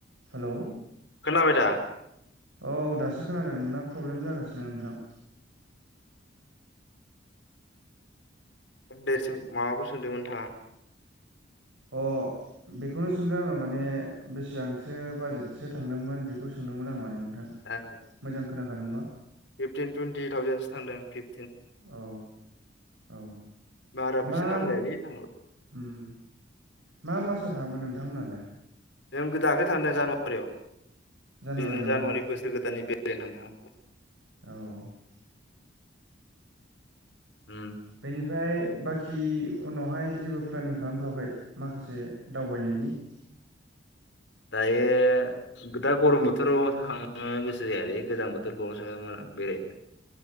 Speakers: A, on the right; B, on the left.
A: हेलौ
B: खोनाबाय दा
A: औ दासो खोनादों नोंना प्रब्लेम जागासिनो नोंथां
B: दे सों माबाखौ सोंदों नोंथाङा
A: अ बेखौनो सोंदों आङो माने बेसेबांसो बाजेटसो थांदोंमोन बेखौ सोंदोंमोन आं माने नोंथां
B: ए
A: मोजां खोनाखादोंबा
B: फिफ्टिन टुइन्टि थावजेनसो थांदों फिफ
A: औ औ
B: बारा फैसा
A: माम
B: नांलायालै थांनोबो
A: उम मा मासाव थाङामोन नोंथांमोनहालाय
B: जों दाख्लै थांदों जानुवारियाव
A: जानुवारियाव
B: बिदिनो जानुवारि
A: ना
B: बोसोर गोदाननि बे <unintelligible>
A: औ
B: उम
A: बेनिफ्राय बाखि उनावहाय जेबो प्लेनिं खालामथ'वाखै माखासे दावबायनायनि <inaudible>
B: दायो गो दा गरम बोथोराव थाङो नो गोसो जायालै गोजां बोथोरफ्रावसो मोजां बेरायनो